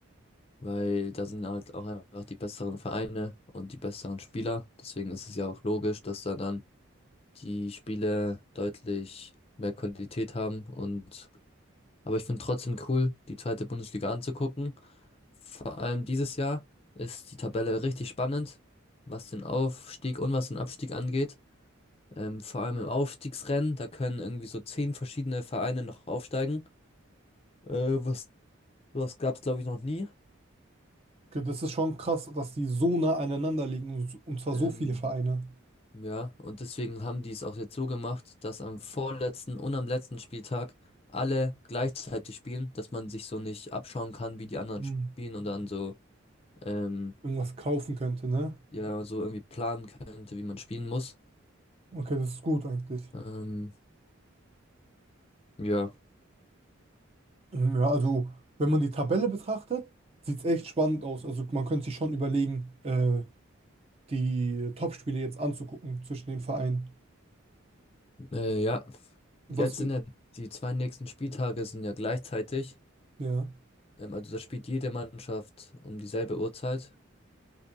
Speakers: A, on the left; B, on the right.
A: weil da sind halt auch einfach die besseren Vereine und die besseren Spieler. Deswegen ist es ja auch logisch, dass da dann die Spiele deutlich mehr Qualität haben und Aber ich finde trotzdem cool, die zweite Bundesliga anzugucken. Vor allem dieses Jahr ist die Tabelle richtig spannend, was den Aufstieg und was den Abstieg angeht. Ähm, vor allem im Aufstiegsrennen, da können irgendwie so zehn verschiedene Vereine noch aufsteigen. Äh, was, was gab's, glaube ich, noch nie.
B: Okay, das ist schon krass, dass die so nah aneinander liegen und, so- und zwar
A: Ähm,
B: so viele Vereine
A: ja, und deswegen haben die es auch jetzt so gemacht, dass am vorletzten und am letzten Spieltag alle gleichzeitig spielen, dass man sich so nicht abschauen kann, wie die anderen
B: Hm.
A: spielen und dann so ähm,
B: irgendwas kaufen könnte, ne?
A: ja so irgendwie planen könnte, wie man spielen muss.
B: Okay, das ist gut eigentlich.
A: Ähm, ja,
B: Ähm, Ja, also wenn man die Tabelle betrachtet, sieht es echt spannend aus. Also man könnte sich schon überlegen, äh, die Top-Spiele jetzt anzugucken zwischen den Vereinen.
A: äh, ja.
B: Was,
A: Jetzt
B: für-
A: sind ja die, die zwei nächsten Spieltage sind ja gleichzeitig.
B: ja.
A: Ähm, also da spielt jede Mannschaft um dieselbe Uhrzeit.